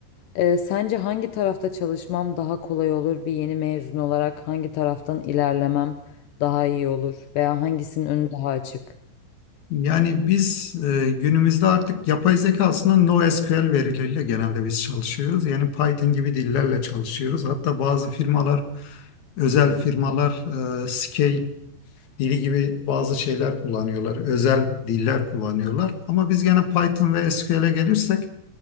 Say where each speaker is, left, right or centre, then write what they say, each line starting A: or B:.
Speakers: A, on the left; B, on the left.
A: E, sence hangi tarafta çalışmam daha kolay olur? Bir yeni mezun olarak hangi taraftan ilerlemem daha iyi olur? Veya hangisinin önü daha açık?
B: Yani biz e, günümüzde artık yapay zeka aslında NoSQL verileriyle genelde biz çalışıyoruz. Yani Python gibi dillerle çalışıyoruz. Hatta bazı firmalar, özel firmalar e, Scale dili gibi bazı şeyler kullanıyorlar. Özel diller kullanıyorlar. Ama biz gene Python ve SQL'e gelirsek